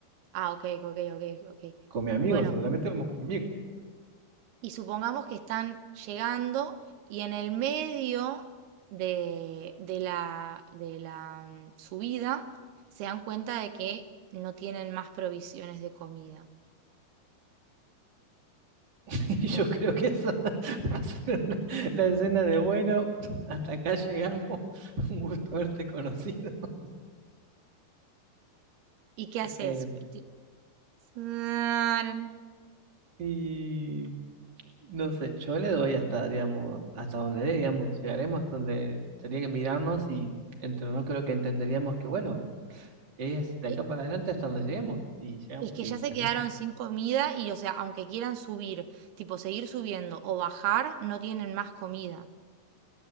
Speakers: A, on the right (about 80°); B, on the right (about 30°).
A: Ah, ok, ok, ok, ok.
B: con mi amigo,
A: Bueno,
B: seguramente vamos con mi amigo.
A: y supongamos que están llegando y en el medio de, de la, de la mm, subida se dan cuenta de que no tienen más provisiones de comida.
B: <laughs>
A: ¿Qué
B: Y yo
A: hacen?
B: creo que eso <laughs> va a ser una- la escena de bueno, <laughs> hasta acá llegamos, <laughs> un gusto haberte conocido. <laughs>
A: ¿Y qué haces?
B: Eh,
A: Te- Tarán.
B: y no sé, yo le doy hasta, digamos, hasta donde dé, digamos, llegaremos hasta donde tendría que mirarnos y entre nosotros creo que entenderíamos que, bueno, es de
A: Y-
B: acá para adelante hasta donde lleguemos. Y llegamos
A: Es que
B: y
A: ya
B: salimos.
A: se quedaron sin comida y, o sea, aunque quieran subir, tipo seguir subiendo o bajar, no tienen más comida.